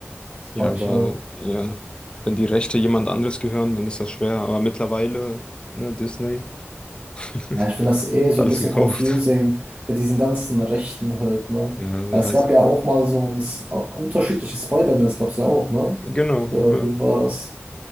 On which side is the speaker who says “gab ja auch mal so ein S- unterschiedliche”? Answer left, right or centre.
Right